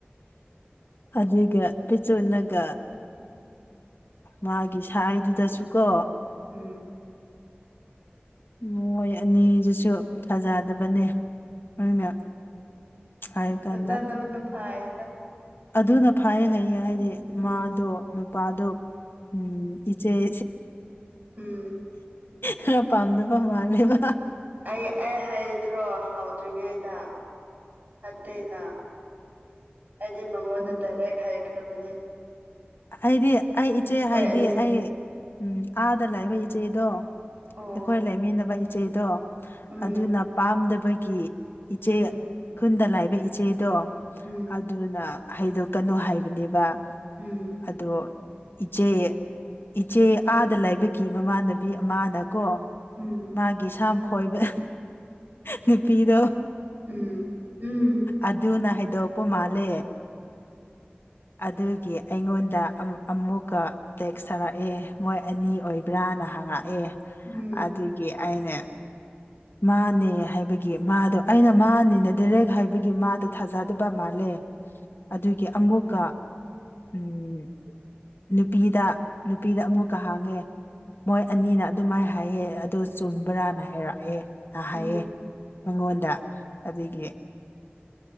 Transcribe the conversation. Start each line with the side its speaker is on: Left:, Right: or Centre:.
Left: ꯑꯗꯨꯖꯤꯒ ꯄꯁꯨ ꯏꯟꯅꯒ ꯃꯥꯒꯤ ꯁꯥꯏꯗꯨꯗꯁꯨꯀꯣ
Right: ꯎꯝ
Left: ꯃꯣꯏ ꯑꯅꯤꯗꯨꯁꯨ ꯐꯖꯗꯕꯅꯦ ꯑꯗꯨꯩꯅ ꯍꯥꯏꯌ ꯀꯗ
Right: ꯐꯖꯗꯕꯅ ꯐꯥꯏꯌꯦꯗ
Left: ꯑꯗꯨꯅ ꯐꯩ ꯍꯥꯏꯩꯌꯦ ꯍꯥꯏꯗꯤ
Right: ꯎꯝ
Left: ꯃꯥꯗꯣ ꯅꯨꯄꯥꯗꯣ ꯎꯝ ꯏꯆꯦꯦ
Right: ꯎꯝ
Left: ꯈꯔ ꯄꯥꯝꯗꯕ ꯃꯥꯜꯂꯦꯕ
Right: ꯑꯩ ꯑꯩ ꯍꯥꯏꯗ꯭ꯔꯣ ꯍꯥꯎꯗ꯭ꯔꯤꯉꯩꯗ ꯑꯠꯇꯦꯅ ꯑꯩꯗꯤ ꯃꯉꯣꯟꯗ ꯇꯔꯦꯛ ꯍꯥꯏꯩꯈ꯭ꯔꯕꯅꯤ
Left: ꯑꯩꯗꯤ ꯑꯩ ꯏꯆꯦ ꯍꯥꯏꯗꯤ
Right: ꯑꯅꯤ
Left: ꯑꯩ ꯎꯝ ꯑꯥꯗ ꯂꯥꯛꯏꯕ ꯏꯆꯦꯗꯣ
Right: ꯑꯣ
Left: ꯑꯩꯈꯣꯏ ꯂꯩꯃꯤꯟꯅꯕ ꯏꯆꯦꯗꯣ
Right: ꯎꯝ
Left: ꯑꯗꯨꯅ ꯄꯥꯝꯗꯕꯒꯤ ꯏꯆꯦ
Right: ꯎꯝ
Left: ꯈꯨꯟꯗ ꯂꯥꯛꯏꯕ ꯏꯆꯦꯗꯣ
Right: ꯎꯝ ꯎꯝ
Left: ꯑꯗꯨꯅ ꯍꯩꯗꯣ ꯀꯩꯅꯨ ꯍꯥꯏꯕꯅꯦꯕ
Right: ꯎꯝ
Left: ꯑꯗꯣ ꯏꯆꯦ ꯏꯆꯦ ꯑꯥꯗ ꯂꯥꯏꯕꯒꯤ ꯃꯃꯥꯟꯅꯕꯤ ꯑꯃꯅ ꯀꯣ
Right: ꯎꯝ
Left: ꯃꯥꯒꯤ ꯏꯁ ꯈꯣꯏꯕ ꯅꯨꯄꯤꯗꯣ
Right: ꯎꯝ ꯎꯝ ꯎꯝ
Left: ꯑꯗꯨꯅ ꯍꯥꯏꯗꯣꯔꯄ ꯃꯥꯜꯂꯦ ꯑꯗ ꯒꯤ ꯗ ꯑꯃꯨꯛꯀ ꯇꯦꯛꯁ ꯊꯥꯔꯛꯑꯦ ꯃꯣꯏ ꯑꯅꯤ ꯑꯣꯏꯕ꯭ꯔꯥꯅ ꯍꯥꯡꯉꯛꯑꯦ
Right: ꯎꯝ ꯎꯝ
Left: ꯑꯗꯨꯒꯤ ꯑꯅꯦ ꯃꯥꯅꯦ ꯍꯥꯏꯕꯒꯤ ꯃꯥꯗꯣ ꯑꯩꯅ ꯃꯥꯅꯤꯅ ꯗꯤꯔꯦꯛ ꯍꯥꯏꯕꯒꯤ ꯃꯥꯗꯣ ꯊꯥꯖꯗꯕ ꯃꯥꯜꯂꯦ ꯂ ꯑꯗꯨꯒꯤ ꯑꯃꯨꯛꯀ ꯎꯝ ꯅꯨꯄꯤꯗ ꯅꯨꯄꯤꯗ ꯑꯃꯨꯛꯀ ꯍꯥꯡꯉꯦ ꯃꯣꯏ ꯑꯅꯤꯅ ꯑꯗꯨꯃꯥꯏꯅ ꯍꯥꯏꯌꯦꯦ ꯑꯗꯣ ꯆꯨꯝꯕ꯭ꯔꯥꯅ ꯍꯥꯏꯔꯛꯑꯦ ꯑ ꯍꯥꯏꯌꯦꯦ
Right: ꯎꯝ
Left: ꯃꯉꯣꯟꯗ ꯑꯗꯨꯒꯤ